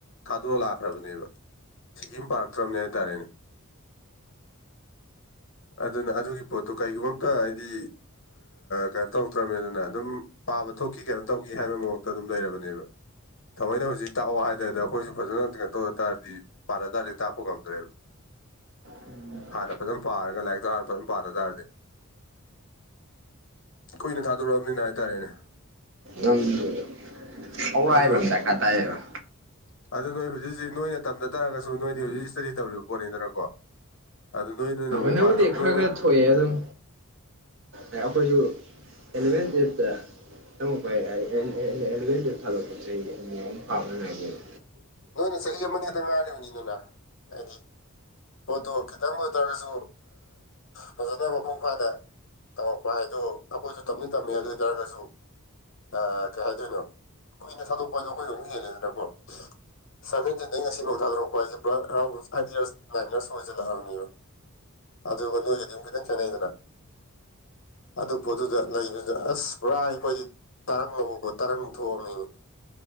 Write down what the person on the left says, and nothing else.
ꯊꯥꯗꯣꯛꯑ ꯂꯥꯛꯈ꯭ꯔꯕꯅꯦꯕ ꯁꯤꯀꯤꯝ ꯄꯥꯔꯛꯇ꯭ꯔꯕꯅꯦ ꯍꯥꯏꯇꯥꯔꯦꯅꯦ ꯑꯗꯨꯅ ꯑꯗꯨꯒꯤ ꯄꯣꯠꯇꯣ ꯀꯩꯒꯨꯝꯕ ꯑꯝꯇ ꯍꯥꯏꯗꯤ ꯀꯩꯅꯣ ꯇꯧꯔꯛꯇ꯭ꯔꯕꯅꯤ ꯑꯗꯨꯅ ꯑꯗꯨꯝ ꯄꯥꯕ ꯊꯣꯛꯈꯤ ꯀꯩꯅꯣ ꯇꯧꯒꯤ ꯍꯥꯏꯕ ꯃꯨꯠꯇ ꯑꯗꯨꯝ ꯂꯩꯔꯕꯅꯦꯕ ꯊꯥꯃꯣꯏꯅ ꯍꯧꯖꯤꯛ ꯇꯥꯛꯑꯣ ꯍꯥꯏꯗꯗ ꯑꯩꯈꯣꯏꯁꯨ ꯐꯖꯅ ꯀꯩꯅꯣ ꯇꯧ ꯇꯥꯔꯗꯤ ꯄꯥꯟꯗꯔꯗꯤ ꯇꯥꯛꯄ ꯉꯝꯗ꯭ꯔꯦ
ꯍꯥꯟꯅ ꯐꯖꯅ ꯄꯥꯔꯒ ꯂꯥꯏꯔꯤꯛꯇꯣ ꯍꯥꯟꯅ ꯐꯖꯅ ꯄꯥꯗ ꯇꯥꯔꯗꯤ ꯀꯨꯏꯅ ꯊꯥꯗꯣꯔꯛꯑꯕꯅꯤꯅ ꯍꯥꯏꯇꯥꯔꯦꯅꯦ
ꯑꯗꯨ
ꯑꯗꯨ ꯅꯣꯏ ꯍꯧꯖꯤꯛ ꯍꯧꯖꯤꯛ ꯅꯣꯏ ꯇꯝꯗ ꯇꯥꯔꯒꯁꯨ ꯅꯣꯏꯗꯤ ꯍꯧꯖꯤꯛ ꯁꯇꯥꯗꯤ ꯇꯧꯔꯤꯕ ꯄꯣꯠꯅꯤꯗꯅꯀꯣ ꯑꯗꯨ ꯅꯣꯏ ꯅꯣꯏꯅ ꯑꯃꯨꯛ
ꯄꯥꯊꯣꯛ
ꯅꯣꯏꯅ
ꯅꯣꯏꯅ ꯆꯍꯤ ꯑꯃ ꯈꯛꯇꯪ ꯉꯥꯢꯔꯤꯕꯅꯤꯗꯅ ꯍꯥꯏꯗꯤ ꯄꯣꯠꯇꯣ ꯈꯤꯇꯪꯗ ꯑꯣꯏꯇ꯭ꯔꯒꯁꯨ ꯐꯖꯅ ꯃꯄꯨꯡ ꯐꯥꯅ ꯇꯝꯃꯛꯄ ꯍꯥꯏꯗꯣ ꯑꯩꯈꯣꯏꯁꯨ ꯇꯝꯗꯤ ꯇꯝꯃꯦ ꯑꯗꯨ ꯑꯣꯏ ꯇꯥꯔꯒꯁꯨ ꯑ ꯀꯩ ꯍꯥꯏꯗꯣꯏꯅꯣ ꯀꯨꯏꯅ ꯊꯥꯗꯣꯛꯄ ꯍꯥꯏꯗꯣ ꯑꯩꯈꯣꯏꯗ ꯍꯦꯜꯂꯦꯗꯅꯀꯣ ꯁꯚꯦꯟꯇꯤꯟꯗꯩ ꯉꯁꯤꯐꯥꯎ ꯊꯥꯗꯣꯔꯛꯄ ꯍꯥꯏꯁꯦ ꯄꯨꯔꯥ around eight years nine years ꯑꯣꯏꯁꯤꯜꯂꯛꯑꯕꯅꯦꯕ ꯑꯗꯨꯒ ꯅꯣꯢꯒꯗꯤ ꯑꯃꯨꯛ ꯈꯤꯇꯪ ꯇꯦꯠꯅꯩꯗꯅ ꯑꯗꯨ ꯄꯣꯠꯇꯗ ꯂꯩꯕꯗꯨꯗ ꯑꯁ ꯄꯨꯔꯥ ꯑꯩꯈꯣꯏꯗꯤ ꯇꯔꯪꯕ ꯇꯔꯪ ꯊꯣꯛꯑꯝꯃꯤꯅꯦ